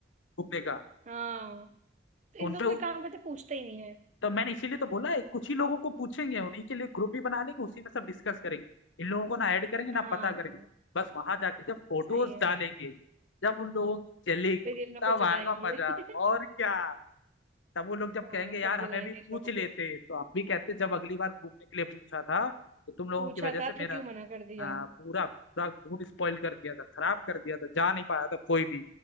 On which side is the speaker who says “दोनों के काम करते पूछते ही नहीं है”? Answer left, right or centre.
Right